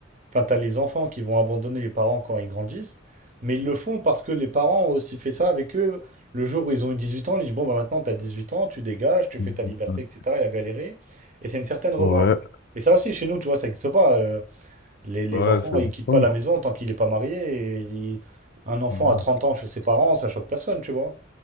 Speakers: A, on the right (about 40°); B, on the left (about 55°).
A: enfin, tu as les enfants qui vont abandonner les parents quand ils grandissent, mais ils le font parce que les parents ont aussi fait ça avec eux. Le jour où ils ont eu 18 ans, ils disent, bon, bah, maintenant, tu as 18 ans, tu dégages, tu
B: Mhm.
A: fais ta liberté, etc. Il a galéré. Et c'est une certaine revanche.
B: Ouais,
A: Et ça aussi, chez nous, tu vois, ça n'existe pas. Euh, les, les
B: ouais,
A: enfants,
B: ça
A: ils
B: n'existe
A: quittent
B: pas.
A: pas la maison tant qu'il n'est pas marié. et il- Un enfant
B: Euh,
A: à 30 ans chez ses parents, ça choque personne, tu vois.